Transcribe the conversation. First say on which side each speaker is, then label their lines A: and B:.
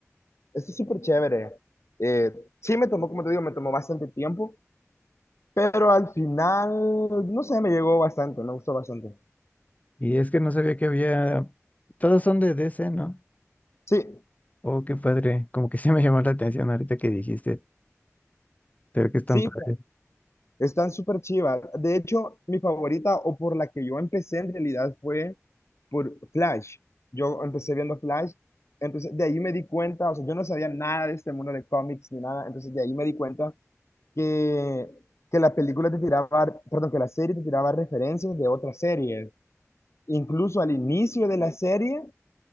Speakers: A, on the left; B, on the left.
A: esto es súper chévere. Eh, sí me tomó, como te digo, me tomó bastante tiempo Pero al final, no sé, me llegó bastante, me gustó bastante.
B: Y es que no sabía que había... Todas son de DC, ¿no?
A: Sí,
B: Oh, qué padre. Como que sí me llamó la atención ahorita que dijiste. Pero que están
A: sí,
B: padres.
A: están súper chivas. De hecho, mi favorita o por la que yo empecé en realidad fue por Flash. Yo empecé viendo Flash, entonces de ahí me di cuenta, o sea, yo no sabía nada de este mundo de cómics ni nada, entonces de ahí me di cuenta que, que la película te tiraba, perdón, que la serie te tiraba referencias de otras series. Incluso al inicio de la serie